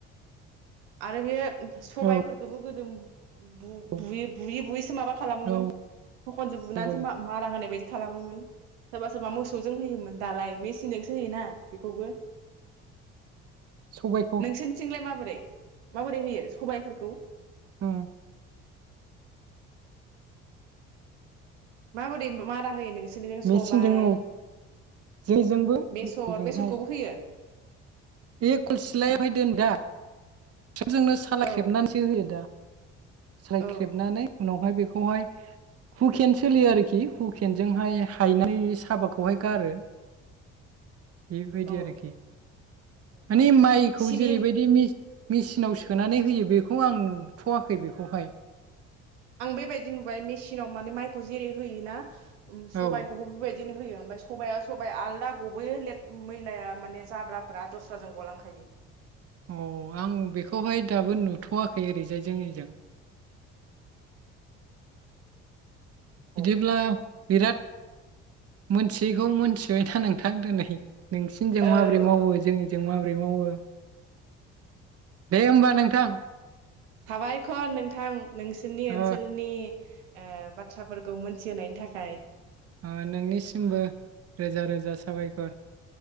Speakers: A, on the right; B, on the right.
A: आरो बे सबायफोरखौबो
B: औ
A: गोदो बु
B: औ
A: बुयै बुयैसो माबा खालामोमोन
B: औ
A: थखनजों बुनानैसो
B: औ
A: मारा होनाय बायदि खालामोमोन सोरबा सोरबा मोसौजों होयोमोन दालाय मेचिनजोंसो होयोना बेखौबो
B: सबायखौ
A: नोंसोरनिथिंलाय माबोरै - माबोरै होयो सबायफोरखौ
B: <unintelligible>
A: माबोरै मारा होयो नों सोरनिजों सबाय,
B: मेचिनजों औ जोंजोंबो
A: बेसर
B: ओजोंहाय
A: बेसरखौबो होयो
B: बे खलसिलायावहाय दोनदा जोंनो सलाायख्रेबनानैसो
A: औ
B: होयो दा सालायख्रेबनानै
A: औ
B: उनावहाय बे बेखौहाय हुकेन सोलियो आरोखि हुकेनजोंहाय हायनानै साबाखौहाय गारो बेबायदि
A: औ
B: आरोखि
A: औ
B: माने माइखौ
A: सिबिं
B: जेरैबायदि मि मेचिनाव सोनानै होयो बेखौ आं नुथ'वाखै बेखौहाय।
A: आं बेबायदि नुबाय मेसिनाव माने माइखौ जेरै होयोना उ सबायखौबो
B: औ
A: बेबायदि बिदिनो होयो ओमफ्राय सबाया सबाइ आलदा गबोयोे मै मैलाया माने जाब्राफोरा दस्राजों गलांखायो।
B: अ आं बेखौहाय दाबो नुथ'वाखै ओरैजाय जोंनिजों। बिदिब्ला
A: औ
B: बिराद मोनथियैखौ मोनथिबायथा नोंथां दिनै नोंसिनिजों
A: औ
B: माबोरै मावो
A: औ
B: जोंनिजों माबोरै मावो दे होमबा नोंथां।
A: साबायखर नोंथां। नोंसोरनि ओनसोलनि
B: ओ
A: ओ बाथ्राफोरखौ मोनथिहोनायनि थाखाय।
B: ओ नोंनिसिमबो रोजा-रोजा साबायखर।